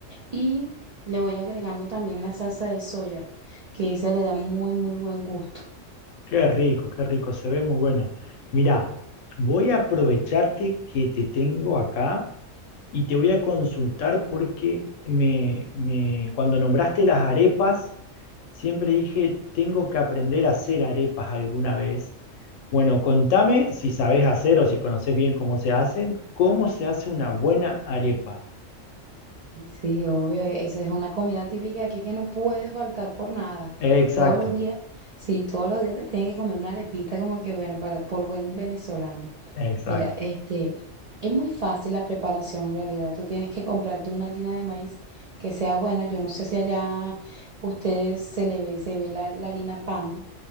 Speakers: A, on the right; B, on the left.
A: y le voy agregando también la salsa de soya, que esa le da muy, muy buen gusto.
B: qué rico, qué rico, se ve muy bueno. Mirá, voy a aprovecharte que te tengo acá y te voy a consultar porque me, me- cuando nombraste las arepas, siempre dije, tengo que aprender a hacer arepas alguna vez. Bueno, contame si sabes hacer o si conoces bien cómo se hacen, cómo se hace una buena arepa.
A: Sí, Sí, obvio, e- esa es una comida típica aquí que no puede faltar por nada.
B: Exacto,
A: Todos los días, sí, todos los días te tienes que comer una arepita como que, bueno, para, por buen venezolano.
B: exacto.
A: Mira, este, es muy fácil la preparación en realidad. Tú tienes que comprarte una harina de maíz que sea buena. Yo no sé si allá ustedes se le ve, se ve la, la harina pan,